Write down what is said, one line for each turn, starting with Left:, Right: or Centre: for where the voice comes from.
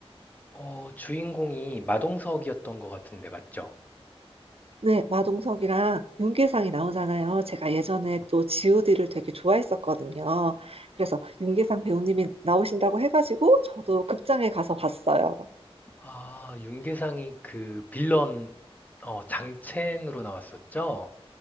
Left: 어, 주인공이 마동석이었던 것 같은데 맞죠?
Right: 네, 마동석이랑 윤계상이 나오잖아요. 제가 예전에 또 GOD를 되게 좋아했었거든요. 그래서 윤계상 배우님이 나오신다고 해가지고 저도 극장에 가서 봤어요.
Left: 아, 윤계상이 그 빌런 어, 장첸으로 나왔었죠?